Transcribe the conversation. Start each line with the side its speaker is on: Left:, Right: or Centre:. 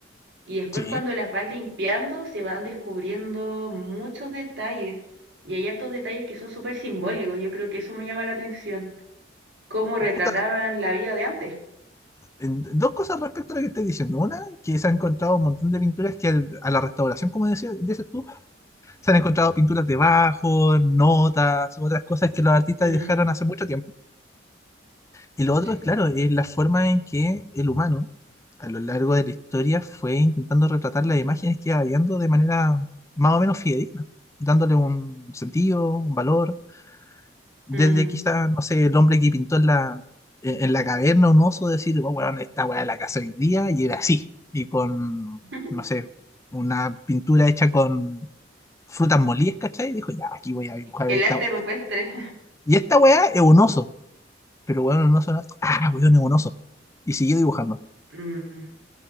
Right: Y después
Left: Sí.
Right: cuando las vas limpiando, se van descubriendo muchos detalles. Y hay hartos detalles que son súper simbólicos, yo creo que eso me llama la atención. Cómo retrataban
Left: Puta,
Right: la vida de antes.
Left: en- dos cosas respecto a lo que estoy diciendo. Una, que se han encontrado un montón de pinturas que al- a la restauración, como decía- dices tú, se han encontrado pinturas debajo, notas, otras cosas que los artistas
Right: Mm,
Left: dejaron hace mucho tiempo. Y lo otro,
Right: Sí.
Left: claro, es la forma en que el humano, a lo largo de la historia, fue intentando retratar las imágenes que iba viendo de manera más o menos fidedigna, dándole un sentido, un valor. Desde
Right: mm.
Left: quizá, no sé, el hombre que pintó en la, en en la caverna un oso, decir, oh, bueno, esta weá la casa hoy día, y era así. Y con,
Right: <laughs>
Left: no sé, una pintura hecha con frutas molidas, ¿cachai? Dijo, ya, aquí voy a dibujar
Right: El
Left: esta
Right: arte
Left: weá.
Right: rupestre.
Left: Y esta weá es un oso. Pero bueno, un oso, no- ah, weón, es un oso. Y siguió dibujando.
Right: Mm,